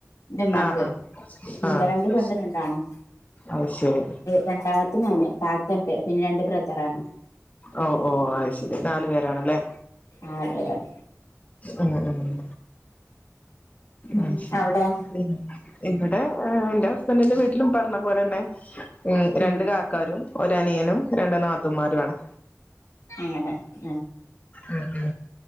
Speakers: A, on the left; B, on the left.
A: ഇന്റെ ഇമ്മാക്ക്
B: ആഹ്
A: ഇന്ത
B: ആഹ് ആഹ്
A: രണ്ട് പെണ്ണും രണ്ടാണ്ണും
B: അത് ശരി
A: രണ്ടാമത്തത് ഞാന് കാ ണ്ട് പിന്നെ രണ്ട് ബ്രദറാണ്
B: ഒ ഓ അഹ് ശെരി നാല് പേരാണല്ലേ
A: നാല് പേരാണ്
B: അഹ് ആഹ്
A: ഉം
B: അഹ് ശെരി
A: അവിടെ
B: കുളി കഴിഞ്ഞോ? ഇവിടെ ഇന്റെ ഹസ്ബന്റിന്റെ വീട്ടിലും പർഞ്ഞ പോലെന്നെ
A: ഉം
B: രണ്ട് കാക്കാരും ഒരനിയനും, രണ്ട് നാത്തൂമാരും ആണ്
A: അങ്ങനെ ഹേ
B: ഉം